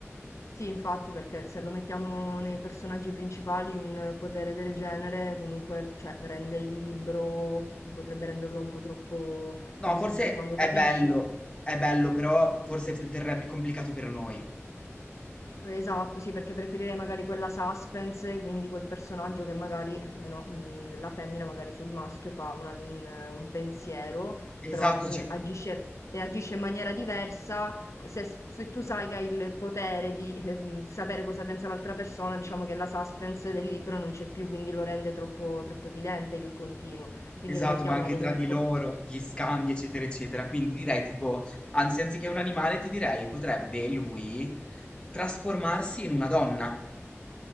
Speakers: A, on the left (about 85°); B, on the left (about 20°).
A: Sì, infatti, perché se lo mettiamo nei personaggi principali, un potere del genere comunque, cioè, rende il libro, potrebbe renderlo un po' troppo,
B: No,
A: come
B: forse
A: si dice, quando
B: è
A: capisci.
B: bello, è bello, però forse f- verrebbe complicato per noi.
A: Esatto, sì, perché preferirei magari quella suspense, quindi quel personaggio che magari, eh, no, mh, la femmina magari sul maschio fa una- un, un pensiero,
B: Esatto,
A: però
B: ci-
A: eh, agisce, e agisce in maniera diversa. Se, se tu sai che hai il potere di eh, mh, sapere cosa pensa l'altra persona, diciamo che la suspense del libro non c'è più, quindi lo rende troppo, troppo evidente il continuo. Quindi
B: esatto,
A: lo mettiamo
B: ma anche
A: come...
B: tra di
A: come-
B: loro, gli scambi, eccetera, eccetera. Quindi direi tipo, anzi, anziché un animale, ti direi potrebbe lui trasformarsi in una donna